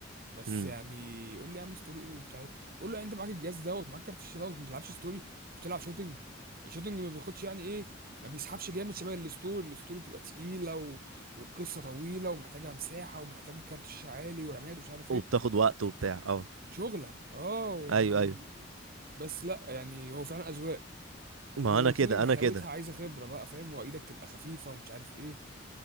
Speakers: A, on the right; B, on the right.
A: بس
B: امم
A: يعني يقول لي يا عم ستوري ايه وبتاع ايه بقول له يعني انت معاك الجهاز دوت معاك كارت الشاشه دوت ما بتلعبش ستوري وبتلعب شوتنج الشوتنج ما بياخدش يعني ايه ما بيسحبش جامد شبه الستوري الستوري بتبقى تقيله و... والقصه طويله ومحتاجه مساحه ومحتاجه كارت شاشه عالي ورامات ومش عارف
B: وبتاخد
A: ايه
B: وقت وبتاع اه
A: شغله اه يعني
B: ايوه ايوه
A: بس لا يعني هو فعلا اذواق
B: ما
A: والشوتنج
B: انا كده انا
A: حلاوتها
B: كده
A: عايزه خبره بقى فاهم وايدك تبقى خفيفه ومش عارف ايه